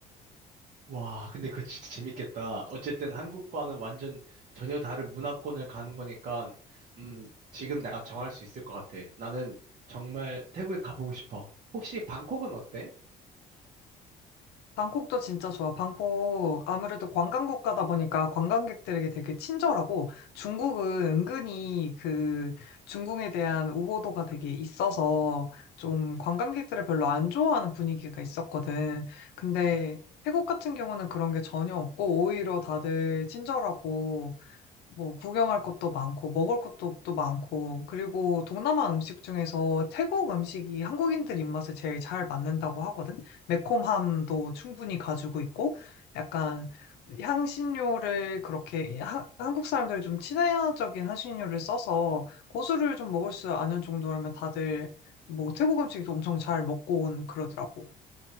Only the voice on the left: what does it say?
방콕도 진짜 좋아. 방콕 아무래도 관광 국가다 보니까 관광객들에게 되게 친절하고 중국은 은근히 그 중국에 대한 우호도가 되게 있어서 좀 관광객들을 별로 안 좋아하는 분위기가 있었거든. 근데 태국 같은 경우는 그런 게 전혀 없고 오히려 다들 친절하고 뭐 구경할 곳도 많고 먹을 것도 또 많고 그리고 동남아 음식 중에서 태국 음식이 한국인들 입맛에 제일 잘 맞는다고 하거든. 매콤함도 충분히 가지고 있고 약간 향신료를 그렇게 하- 한국 사람들이 좀 친화적인 향신료를 써서 고수를 좀 먹을 수 아는 정도라면 다들 뭐 태국 음식도 엄청 잘 먹고 온 그러더라고.